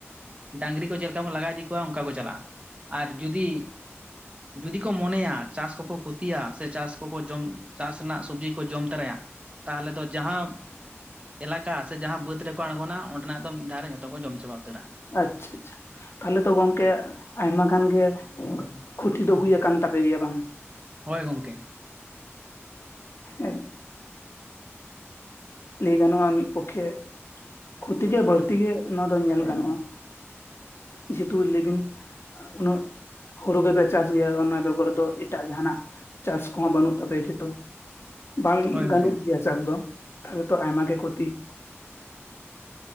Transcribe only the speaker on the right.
ᱰᱟᱝᱨᱤ ᱠᱚ ᱪᱮᱫ ᱞᱮᱠᱟ ᱵᱚᱱ ᱞᱟᱜᱟ ᱤᱫᱤ ᱠᱚᱣᱟ ᱚᱱᱠᱟ ᱠᱚ ᱪᱟᱞᱟᱜ-ᱟ ᱟᱨ ᱡᱩᱫᱤ ᱡᱩᱫᱤ ᱠᱚ ᱢᱚᱱᱮᱭᱟ ᱪᱟᱥ ᱠᱚᱠᱚ ᱠᱷᱚᱛᱤᱭᱟ ᱥᱮ ᱪᱟᱥ ᱠᱚᱠᱚ ᱡᱚᱢ ᱪᱟᱥ ᱨᱮᱱᱟᱜ ᱥᱚᱵᱡᱤ ᱠᱚ ᱡᱚᱢ ᱛᱚᱨᱟᱭᱟ ᱛᱟᱦᱚᱞᱮ ᱫᱚ ᱡᱟᱦᱟᱸ ᱮᱞᱟᱠᱟ ᱥᱮ ᱡᱟᱦᱟᱸ ᱵᱟᱹᱫᱽ ᱨᱮᱠᱚ ᱟᱬᱜᱚᱱᱟ ᱚᱸᱰᱮᱱᱟᱜ ᱫᱚ ᱢᱤᱫ ᱫᱷᱟᱣ ᱨᱮ ᱡᱚᱛᱚ ᱠᱚ ᱡᱚᱢ ᱪᱟᱵᱟ ᱩᱛᱟᱹᱨ ᱟ᱾
ᱦᱳᱭ ᱜᱚᱢᱠᱮ
ᱦᱳᱭ ᱜᱚᱝᱠᱮ